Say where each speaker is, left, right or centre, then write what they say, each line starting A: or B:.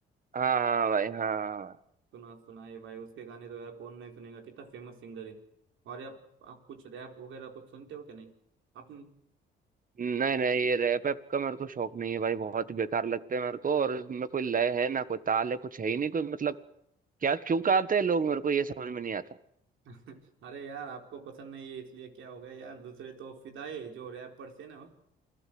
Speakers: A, on the right (about 45°); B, on the right (about 80°).
A: हाँ हाँ भाई हाँ
B: सुना सुना है भाई उसके गाने तो यार कौन नहीं सुनेगा कितना फेमस सिंगर है और यार आप कुछ रैप वगैरह कुछ सुनते हो क्या नहीं आपने
A: नहीं नहीं ये रैप ऐप का मेरे को शौक नहीं है भाई बहुत बेकार लगते हैं मेरे को और इसमें कोई लय है ना कोई ताल है कुछ है ही नहीं कोई मतलब क्या क्यों गाते हैं लोग मेरे को ये समझ में नहीं आता
B: अरे यार आपको पसंद नहीं है इसलिए क्या हो गया यार दूसरे तो फिदाई जो रैपर्स है ना